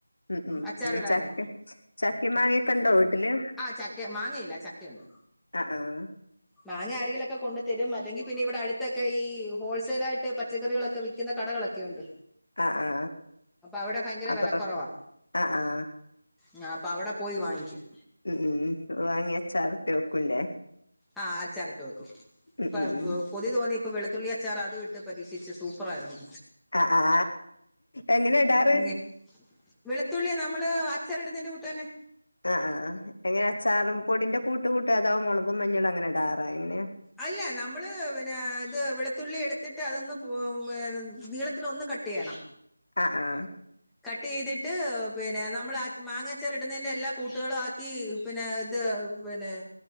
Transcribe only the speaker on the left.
ഉം ഉം
ഉം ചക്ക ചാക്കേം മാങ്ങയും പ്പണ്ടോ വീട്ടില്
ആഹ് ആഹ്
അ ആ.
അപ്പൊ
അ ആ.
ഉം ഉം വാങ്ങി അച്ചാറിട്ട് വെക്കുംല്ലേ
ഉം
ഉം.
അ ആ. ആ എങ്ങനെ ഇടാറ്?
ആഹ് ആഹ് എങ്ങന അച്ചാറും പൊടിന്റെ കൂട്ട് കൂട്ടോ അതോ മുളകും മഞ്ഞളും അങ്ങനെ ഇടാറാ എങ്ങനെയാ.
ആഹ് ആഹ്